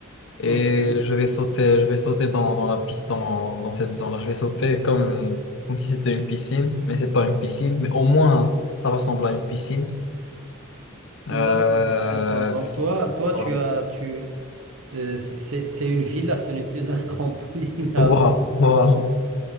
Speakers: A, on the left; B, on the right.
A: et
B: ok,
A: je vais sauter, je vais sauter dans, dans la piste, dans, dans cette zone-là. Je vais sauter comme, comme si c'était une piscine, mais c'est pas une piscine, mais au moins ça ressemble à une piscine. Euh,
B: d'accord, d'accord. Donc toi, toi,
A: voilà,
B: tu as, tu, te- c'est c'est une villa, ce n'est plus un <laughs> trampoline
A: voilà,
B: alors.
A: <laughs> voilà.